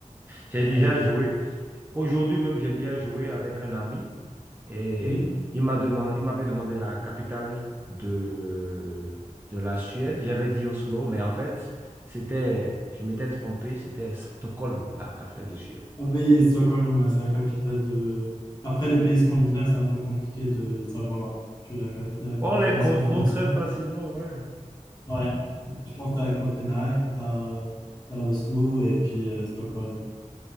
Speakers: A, on the right; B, on the left.
A: J'ai
B: Euh,
A: déjà joué. Aujourd'hui même, j'ai déjà joué avec un ami et
B: oui.
A: il m'a demandé, il m'avait demandé la capitale de, de la Suède. J'avais dit Oslo, mais en fait, c'était, je m'étais trompé, c'était Stockholm, la capitale de Suède.
B: Ah Oui, Stockholm, ouais, c'est la capitale de. Après, les pays scandinaves, c'est un peu compliqué de savoir que la capitale.
A: On
B: Enfin,
A: les
B: Je pense
A: confond
B: à Oslo.
A: très facilement, ouais.
B: Ouais. Je pense à Copenhague, t'as t'as Oslo et puis euh, Stockholm.